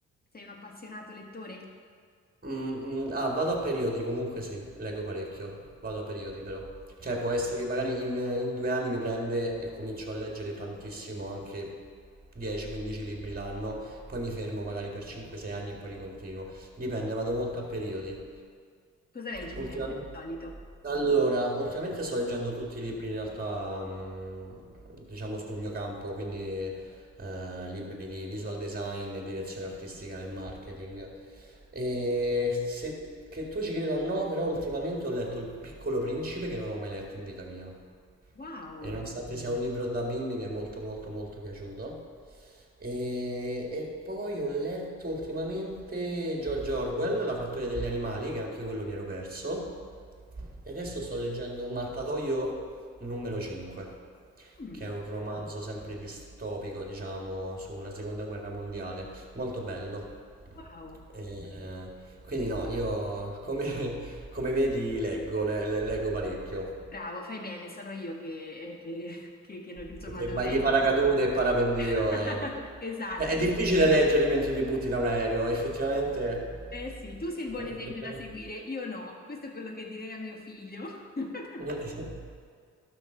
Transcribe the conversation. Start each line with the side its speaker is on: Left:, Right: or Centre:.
Left: sei un appassionato lettore?
Right: Mm, mm, ah, vado a periodi, comunque sì, leggo parecchio, vado a periodi però. Cioè può essere che magari in, in due anni mi prende e comincio a leggere tantissimo, anche 10-15 libri l'anno, poi mi fermo magari per 5-6 anni e poi ricontinuo. Dipende, vado molto a periodi.
Left: Cosa leggi
Right: Ultimamente,
Left: di bello di solito?
Right: allora, ultimamente sto leggendo tutti i libri in realtà, mm, diciamo sul mio campo, quindi eh, libri di visual design e direzione artistica nel marketing. E se che tu ci creda o no, però ultimamente ho letto Il Piccolo Principe che non avevo mai letto in vita mia.
Left: Wow,
Right: E nonostante sia un libro da bimbi, mi è molto molto molto piaciuto. E, e poi ho letto ultimamente George Orwell, La fattoria degli animali, che anche quello mi ero perso. E adesso sto leggendo Mattatoio numero 5,
Left: Mm,
Right: che è un romanzo sempre distopico, diciamo, sulla seconda guerra mondiale. Molto bello.
Left: wow,
Right: Eh, quindi no, io come, come vedi leggo, le- le- leggo parecchio.
Left: bravo, fai bene, sono io che, eh, che- <laughs> che- che, insomma
Right: Che se
Left: dovrei...
Right: vai di paracadute e parapendio
Left: <laughs>
Right: eh,
Left: Esatto,
Right: è, è difficile leggere mentre ti butti da un aereo, effettivamente.
Left: eh sì, tu sei il buon
Right: eh,
Left: esempio
Right: effettivamente.
Left: da seguire, io no, questo è quello che direi a mio figlio. <laughs>
Right: <laughs>